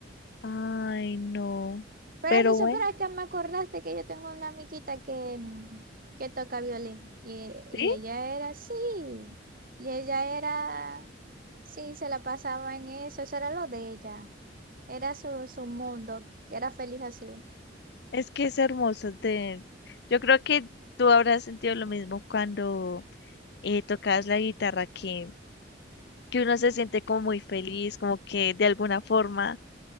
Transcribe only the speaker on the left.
ay, no,
pero
bueno,
¿sí?
Es que es hermoso. Te... Yo creo que tú habrás sentido lo mismo cuando eh, tocas la guitarra, que, que uno se siente como muy feliz, como que de alguna forma